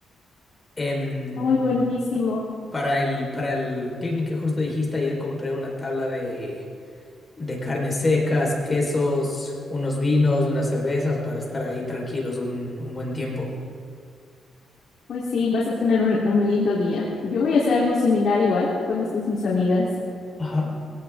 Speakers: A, on the left; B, on the left.
A: Em,
B: Ay, buenísimo.
A: para el, para el picnic que justo dijiste, ayer compré una tabla de, de carnes secas, quesos, unos vinos, unas cervezas para estar ahí tranquilos un, un buen tiempo.
B: Pues sí, vas a tener un, un lindo día. Yo voy a hacer algo similar igual con estas mis amigas.
A: Ajá.